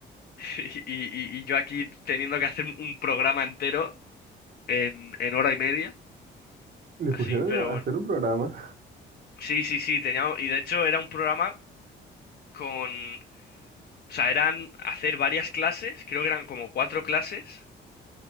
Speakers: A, on the left; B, on the right.
A: <laughs> y, y- y yo aquí teniendo que hacer un programa entero en, en hora y media.
B: Le
A: Así,
B: pusieron
A: pero
B: a
A: bueno.
B: hacer un programa.
A: Sí, sí, sí, tenía, y de hecho era un programa con, o sea, eran hacer varias clases, creo que eran como cuatro clases,